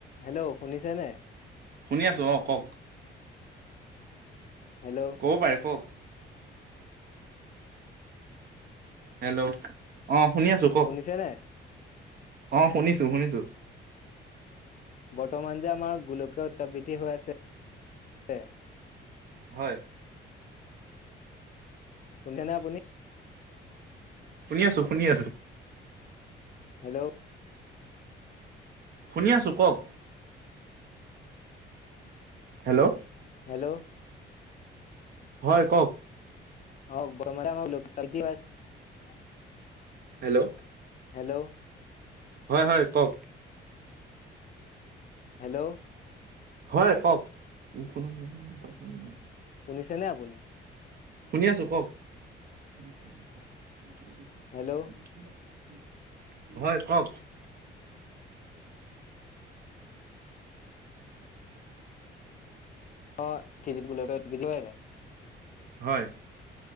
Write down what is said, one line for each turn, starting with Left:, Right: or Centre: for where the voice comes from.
Left: হেল্ল' শুনিছে নে।
Right: শুনি আছো অ কওক।
Left: হেল্ল'
Right: ক'ব পাৰে কওক। হেল্ল'। অ। শুনি আছো কওক
Left: শুনিছে নে।
Right: অ শুনিছো শুনিছো।
Left: বৰ্তমান যে আমাৰ গোলকীয় উত্তাপ বৃদ্ধি হৈ আছে।
Right: হয়।
Left: শুনিছানে আপুনি?
Right: শুনি আছো শুনি আছো
Left: হেল্ল'
Right: শুনি আছো কওক হেল্ল'
Left: হেল্ল'
Right: হয় কওক
Left: <unintelligible>
Right: হেল্ল'
Left: হেল্ল'
Right: হয় হয় কওক
Left: হেল্ল'
Right: হয় কওক নাই ত নাই
Left: শুনিছেনে আপুনি
Right: শুনি আছো কওক <unintelligible>
Left: হেল্ল'
Right: হয় কওক
Left: <unintelligible>
Right: হয়